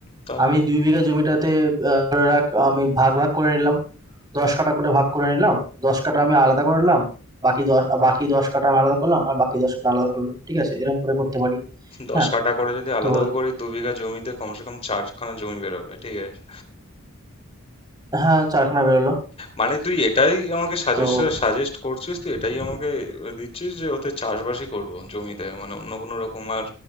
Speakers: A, on the left; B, on the right.
A: তাহলে
B: আমি দুই বিঘা জমিটাতে আহ, ধরে রাখ আমি ভাগ ভাগ করে নিলাম দশ কাঠা করে ভাগ করে নিলাম দশ কাঠা আমি আলাদা করে নিলাম বাকি দশ বাকি দশ কাঠা আমি আলাদা করলাম আর বাকি দশ কাঠা আলাদা করলাম ঠিক আছে এরকম করে করতে পারি
A: দশ
B: হ্যাঁ
A: কাঠা করে যদি আলাদাও
B: তো
A: করি দু বিঘা জমিতে কমসে কম চারখানা জমি বেরোবে ঠিক আছে
B: হ্যাঁ চারখানা বেরোলো
A: মানে তুই এটাই আমাকে সাজেস্ট
B: তো
A: সাজেস্ট করছিস তুই এটাই আমাকে দিচ্ছিস যে ওতে চাষবাসই করব জমিতে মানে অন্য কোনো রকম আর